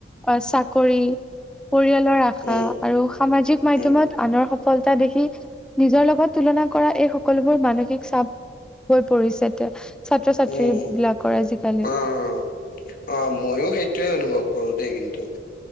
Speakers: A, in the centre; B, on the left.
A: আ চাকৰি পৰিয়ালৰ আশা
B: উম,
A: আৰু সামাজিক মাধ্যমত
B: উম,
A: আনৰ সফলতা দেখি নিজৰ লগত তুলনা কৰা এই সকলোবোৰ মানসিক চাপ হৈ পৰিছে তে ছাত্ৰ-ছাত্ৰী
B: উম, উম,
A: বিলাকৰ আজিকালি
B: অ', অ' ময়ো সেইটোৱে অনুভৱ কৰো দেই কিন্তু